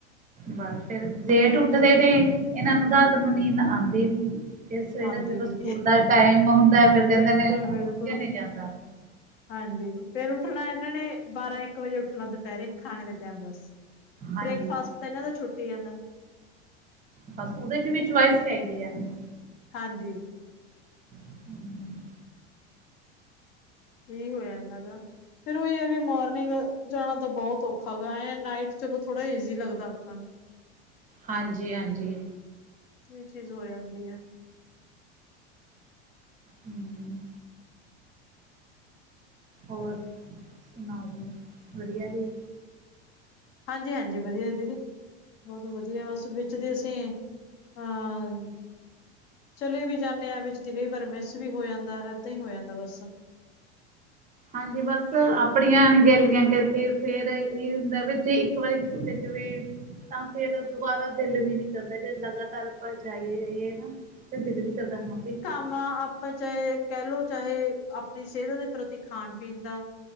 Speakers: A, on the right; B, on the left.
A: ਬਸ ਫਿਰ ਜੇਠ ਉੱਠਦੇ ਨੇ ਇਹਨਾਂ ਨੂੰ ਰਾਤ ਨੂੰ ਨੀਂਦ ਆਦੀ ਨੀ। ਫਿਰ ਸਵੇਰੇ
B: ਆਉਂਦੀ
A: ਜਦੋਂ
B: ਵੀ
A: ਸਕੂਲ ਦਾ ਟਾਈਮ ਹੁੰਦਾ ਫਿਰ ਕਹਿੰਦੇ
B: ਬਿਲਕੁਲ
A: ਨੇ ਹੁਣ
B: ਬਿਲਕੁਲ
A: ਉਠਿਆ ਨੀ ਜਾਂਦਾ
B: ਹਾਂਜੀ ਫਿਰ ਉੱਠਣਾ ਇਹਨਾਂ ਨੇ ਬਾਰਾਂ ਇੱਕ ਵਜੇ ਉੱਠਣਾ ਦੁਪਹਿਰੇ ਖਾਣੇ ਦੇ ਟਾਈਮ ਬਸ
A: ਹਾਂਜੀ
B: ਬ੍ਰੇਕਫਾਸਟ ਤਾਂ ਇਹਨਾਂ ਦਾ ਛੁੱਟੀ ਜਾਂਦਾ
A: ਬਸ ਉਹਦੇ ਚ ਵੀ ਚੁਇਸ ਚਾਹੀਦੀ ਇਹਨਾਂ ਨੂੰ।
B: ਹਾਂਜੀ
A: ਨੂੰ
B: ਇਹੀ ਹੋ ਜਾਂਦਾ ਗਾ। ਫਿਰ ਉਹੀ ਹੈ ਵੀ ਮੋਰਨਿੰਗ ਜਾਣਾ ਤਾਂ ਬਹੁਤ ਔਖਾ ਗਾ ਹੈ ਨਾਈਟ ਚਲੋ ਥੋੜਾ ਈਜ਼ੀ ਲੱਗਦਾ ਆਪਾਂ ਨੂੰ
A: ਹਾਂਜੀ -ਹਾਂਜੀ
B: ਇਹ ਚੀਜ਼ ਹੋ ਜਾਂਦੀ ਹੈ।
A: ਹੂੰ,,, ਹੋਰ ਸੁਣਾਓ ਜੀ ਵਧੀਆ ਜੀ?
B: ਹਾਂਜੀ -ਹਾਂਜੀ ਵਧੀਆ ਦੀਦੀ ਬਹੁਤ ਵਧੀਆ ਬਸ ਵਿੱਚ ਕਦੇ ਅਸੀਂ ਅਹ ਚਲੇ ਵੀ ਜਾਂਦੇ ਹਾਂ ਵਿੱਚ ਦੀ ਕਈ ਪਰ ਮਿਸ ਵੀ ਹੋ ਜਾਂਦਾ ਏਦਾਂ ਹੀ ਹੋ ਜਾਂਦਾ ਬਸ
A: ਹਾਂਜੀ ਬਸ ਆਪਣੀਆਂ ਗਿਨ ਗਿਨ ਕੇ ਫਿਰ ਇਹ ਹੁੰਦਾ ਵੀੇ <unintelligible> ਛੂਟ ਜਵੇ ਤਾਂ ਫਿਰ ਦੁਬਾਰਾ ਦਿਲ ਵੀ ਨੀ ਕਰਦਾ ਜੇ ਲਗਾਤਾਰ ਆਪਾਂ ਜਾਈ ਆਈਏ ਨਾ ਤੇ ਦਿਲ ਵੀ ਕਰਦਾ ਹਾਂ ਭਾਈ
B: <unintelligible> ਆਪਾਂ ਚਾਹੇ ਕਹਿ ਲਓ ਚਾਹੇ ਆਪਣੀ ਸਿਹਤ ਦੇ ਪ੍ਰਤੀ ਖਾਣ ਪੀਣ ਦਾ